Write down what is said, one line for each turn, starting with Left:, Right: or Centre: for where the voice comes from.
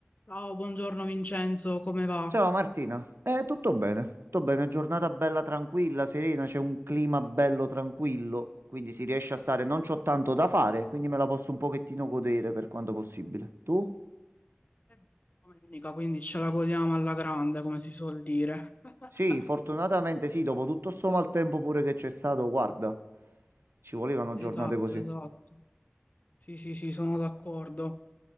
Left: Ciao, buongiorno Vincenzo, come va?
Right: Ciao Martina, eh, tutto bene, tutto bene, giornata bella tranquilla, serena, c'è un clima bello tranquillo, quindi si riesce a stare, non c'ho tanto da fare, quindi me la posso un pochettino godere per quanto possibile. Tu?
Left: È domenica, quindi ce la godiamo alla grande, come si suol dire. <laughs>
Right: Sì, fortunatamente sì, dopo tutto sto maltempo pure che c'è stato, guarda, ci volevano
Left: Esatto,
Right: giornate così.
Left: esatto. Sì, sì, sì, sono d'accordo.